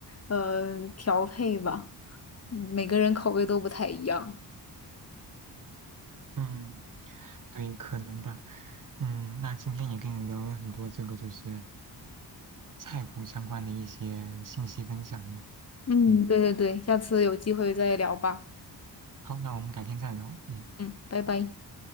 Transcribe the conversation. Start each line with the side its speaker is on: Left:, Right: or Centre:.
Left: 呃，调配吧。嗯每个人口味都不太一样。
Right: 嗯，对，可能吧。嗯，那今天也跟你聊了很多这个就是菜谱相关的一些信息分享呢。
Left: 嗯，
Right: 嗯，
Left: 对对对，下次有机会再聊吧。
Right: 好，那我们改天再聊。嗯，
Left: 嗯，拜拜。